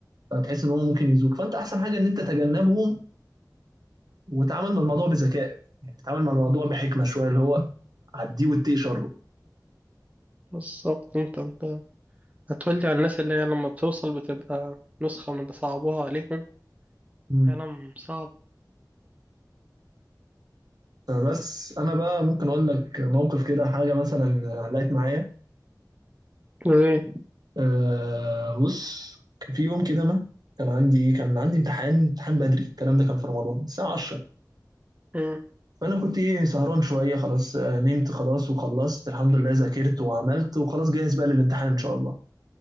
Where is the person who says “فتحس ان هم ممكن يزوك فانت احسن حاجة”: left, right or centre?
Right